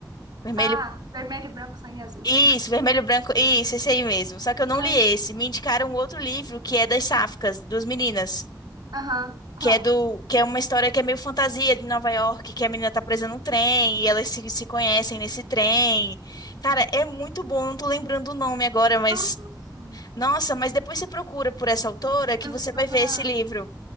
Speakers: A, on the left; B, on the right.
A: Vermelho,
B: Ah, vermelho, branco, sangue azul.
A: isso, Vermelho, Branco, isso, esse aí mesmo, só que eu não
B: Hum,
A: li esse, me indicaram outro livro que é das Sáficas, duas meninas,
B: Aham, Qual?
A: que é do, que é uma história que é meio fantasia de Nova York, que a menina tá presa num trem e elas se, se conhecem nesse trem, cara, é muito bom, não tô lembrando o nome agora, mas...
B: Nossa,
A: Nossa, mas depois você procura por essa autora que
B: eu
A: você
B: vou
A: vai
B: procurar.
A: ver esse livro.